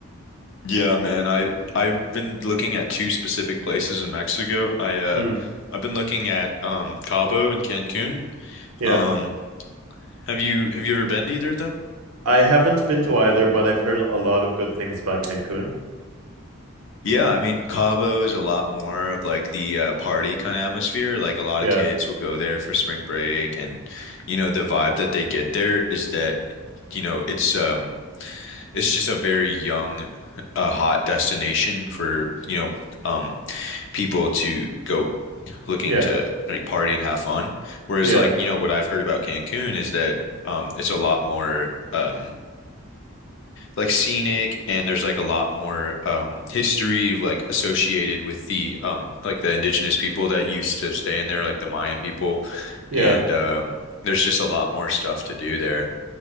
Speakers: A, on the left; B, on the right.
A: Yeah, man. I I've been looking at two specific places in Mexico. I uh
B: Mm,
A: I've been looking at um Cabo and Cancun.
B: yeah.
A: Um have you have you ever been to either of them?
B: I haven't been to either, but I've heard a lot of good things about Cancun.
A: Yeah, I mean Cabo is a lot more of like the uh, party kind of atmosphere. Like a lot
B: Yeah,
A: of kids will go there for spring break and you know the vibe that they get there is that you know it's um it's just a very young, uh, hot destination for, you know, um, people to go looking
B: yeah,
A: to like party and have fun. Whereas
B: yeah,
A: like, you know, what I've heard about Cancun is that um it's a lot more um like scenic and there's like a lot more um history like associated with the um like the indigenous people that used to stay in there like the Mayan people and
B: yeah.
A: um there's just a lot more stuff to do there.